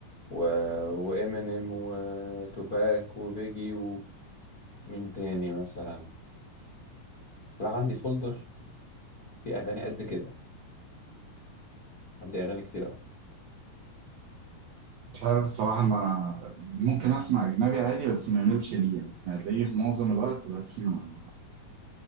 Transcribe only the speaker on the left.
و... وامينيم وتوباك وبيجي ومين تاني مثلا لا عندي فولدر في اغاني قد كده عندي اغاني كتير قوي